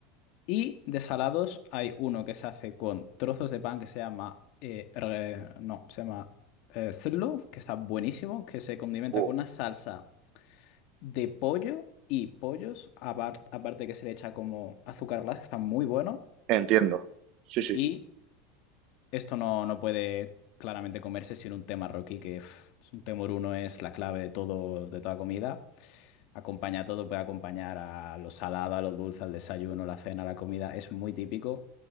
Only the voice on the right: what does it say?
Uh,
entiendo. Sí, sí.